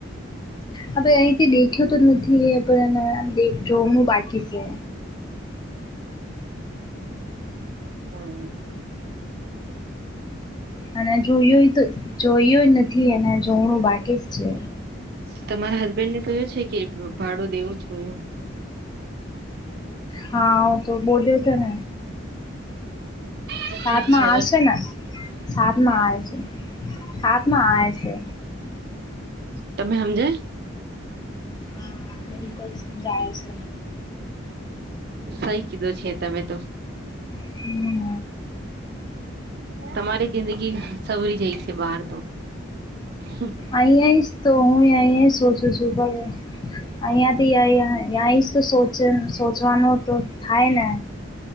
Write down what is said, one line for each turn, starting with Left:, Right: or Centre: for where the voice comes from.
Left: હવે અહીથી દેખ્યો તો નથી એ પણ જોવાનું બાકી છે.
Right: હમ્મ. <inaudible>
Left: અને જોયું તો જોયયો જ નથી અને જોણું બાકી જ છે.
Right: તમારા હસબેન્ડ ને જોયો છે કે રૂપાડો દેવો છું
Left: હા તો બોલ્યો છે ને
Right: ઠીક
Left: <inaudible> સાતમાં
Right: છે
Left: આવશે ને સાત માં આવે છે સાત માં આવે છે.
Right: તમે હમજે
Left: હા બિલકુલ જાય છે.
Right: સહી કીધું છે તમે તો
Left: <inaudible>
Right: તમારી જિંદગી સવરી જાય છે બહાર તો હમ્મ.
Left: આઈ આઈ તો હું આઈ આ સોચુ છું હો અહિયાંથી અહીંયા સોચ સોચવાનું તો થાય ને